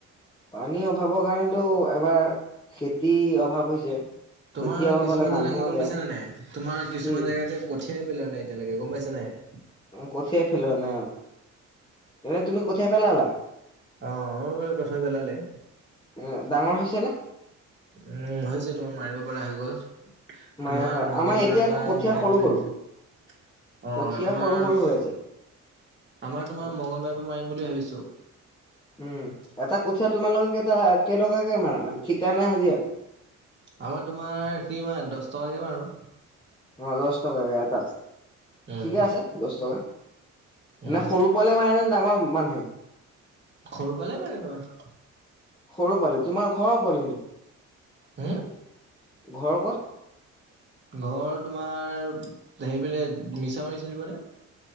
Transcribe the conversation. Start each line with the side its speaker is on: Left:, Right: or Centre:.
Left: পানী অভাৱৰ কাৰণেতো এবাৰ খেতি অভাৱ হৈছে।
Right: তোমাৰ
Left: খেতি অভাৱ
Right: কিছুমান
Left: হলে মানুহৰ
Right: জেগা গম
Left: বেয়া
Right: পাইছা নে নাই তোমাৰ কিছুমান
Left: কি
Right: জেগা যে কঠিয়াই পেলোৱা নাই এতিয়ালৈকে গম পাইছা নাই?
Left: কঠিয়াই পেলোৱা নাই অ এনে তুমি কঠিয়া পেলালা?
Right: অ মোৰ বাৰু কঠিয়া পেলালে।
Left: উম ডাঙৰ হৈছে নে?
Right: উম হৈছে তোমাৰ মাৰিব পৰা হৈ গ'ল।
Left: মায়ে
Right: তোমাৰ
Left: পৰা
Right: মঙ্গলবাৰৰ
Left: আমাৰ এতিয়া
Right: পৰা
Left: আকৌ কঠীয়া
Right: মাৰিম
Left: সৰু
Right: বুলি
Left: সৰু
Right: ভাবিছোঁ অ
Left: কঠীয়া
Right: তোমাৰ
Left: সৰু সৰু হৈ আছে।
Right: আমাৰ তোমাৰ মঙলবাৰ পৰা মাৰিম বুলি ভাবিছো।
Left: উম এটা কঠিয়া তোমালোকে কেইটা কেইটকাকে মাৰা মানে ঠিকা নে হাজিৰা?
Right: আমাৰ তোমাৰ কি মান দহ টকাকে বাৰু
Left: অ দহ টকাকে এটাত
Right: উম,
Left: ঠিকে আছে দহ টকা।
Right: উম।
Left: নে সৰু পোৱালিয়ে মাৰে নে ডাঙৰ মানুহে?
Right: সৰু পোৱালিয়ে মাৰে তোমাৰ।
Left: সৰু পোৱালি তোমাৰ ঘৰৰ পোলালি নেকি?
Right: হুম
Left: ঘৰ ক'ত
Right: ঘৰ তোমাৰ সেইফালে মিছা মাৰি চিনিপোৱানে